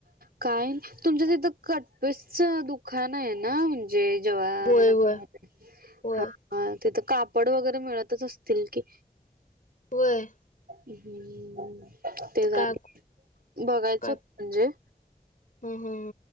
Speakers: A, on the right; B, on the left.
A: काय तुमच्या त तिथं कटपिसच दुकान आहे ना म्ह जय जवार्ण
B: होय होय
A: मधे
B: होय
A: हा हा तिथे कापड वगैरे मिळतच असतील की.
B: व्हय..
A: हम् ते झाल
B: काय
A: बघायचं
B: काय
A: होत म्हणजे
B: हम् -हम